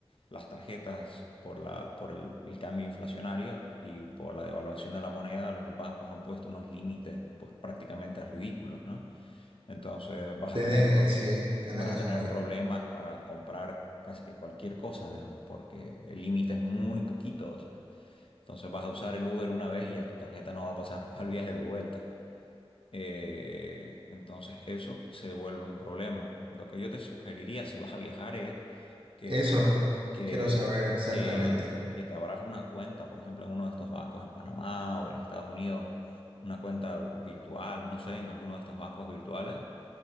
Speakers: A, on the left; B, on the right.
A: las tarjetas por la, por el, el cambio inflacionario y por la devaluación de la moneda, los bancos han puesto unos límites pues prácticamente ridículos, ¿no? Entonces vas
B: Tener
A: a tener, pro-
B: eh, sí, tiene
A: vas
B: razón
A: a tener
B: ahí.
A: problemas para comprar casi que cualquier cosa, digamos, porque el límite es muy poquito, o sea, entonces vas a usar el Uber una vez y ya tu tarjeta no va a pasar <laughs> al viaje de vuelta. Eh, entonces eso se vuelve un problema. Lo que yo te sugeriría si vas a viajar es que,
B: Eso
A: que,
B: quiero saber exactamente,
A: que, que te abras una cuenta, por ejemplo, en uno de estos bancos en Panamá o en Estados Unidos, una cuenta virtual, no sé, en alguno de estos bancos virtuales